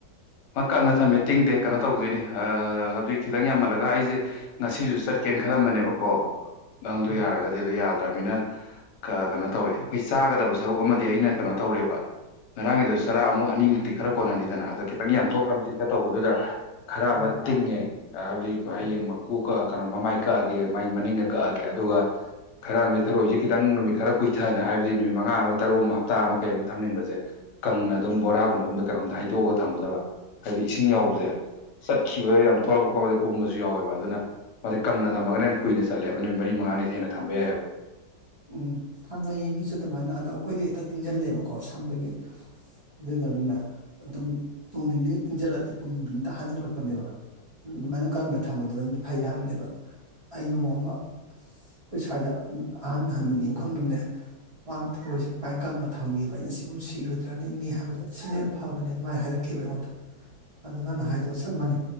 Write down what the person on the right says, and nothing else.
ꯎꯝ
ꯎꯝ
ꯎꯝ
ꯎꯝ ꯁꯝꯅꯩꯌꯦ ꯃꯤꯁꯨ ꯑꯗꯨꯃꯥꯏꯅ ꯑꯗꯣ ꯑꯩꯈꯣꯏꯗꯤ ꯍꯦꯛꯇ ꯇꯤꯡꯁꯤꯜꯂꯦꯕꯀꯣ ꯁꯝꯕꯒꯤ ꯑꯗꯨꯗꯨꯅꯤꯅ ꯑꯗꯨꯝ ꯅꯣꯡ ꯅꯤꯅꯤꯒ ꯇꯤꯡꯁꯤꯜꯂꯛꯇꯦ ꯄꯨꯡ ꯛꯇ ꯍꯟꯖꯜꯂꯛꯄꯅꯦꯕ ꯑꯗꯨꯃꯥꯏꯅ ꯀꯪꯅ ꯊꯝꯝꯕꯗꯨꯅꯗꯤ ꯐꯩ ꯍꯥꯏꯕꯅꯦꯕ ꯑꯩ ꯅꯣꯡꯃ ꯑꯩꯈꯣꯏ ꯁ꯭ꯋꯥꯏꯗ ꯑꯍꯟ ꯍꯟꯅꯕꯤ ꯑꯃꯈꯛ ꯅꯅꯦ ꯃꯥꯅ ꯊꯧꯔꯣꯁꯦ ꯀꯃꯥꯏꯅ ꯀꯪꯉ ꯊꯝꯈꯤꯕ ꯑꯩꯅ ꯁꯤꯕꯨ ꯁꯤꯔꯣꯏꯗ꯭ꯔꯅꯤ ꯏꯅꯤ ꯍꯥꯏꯕꯗ ꯁꯤꯅꯅ ꯐꯕꯅꯦ ꯑꯗꯨꯃꯥꯏꯅ ꯍꯥꯏꯅꯛꯈꯤ ꯑꯩꯉꯣꯟꯗ ꯑꯗꯨ ꯅꯪꯅ ꯍꯥꯏꯗꯨꯒ ꯆꯞ ꯃꯥꯟꯅꯤ